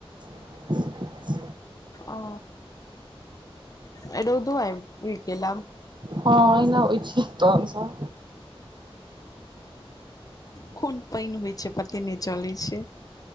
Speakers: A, on the right; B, on the left.
A: <inaudible>
B: ओ अय रौदौ अय उगिऽ गेल आब।
A: हँ अहिना हो छै, तहन सऽ।
B: खुन पाइन होइ छै, पते नहि चलैत छै।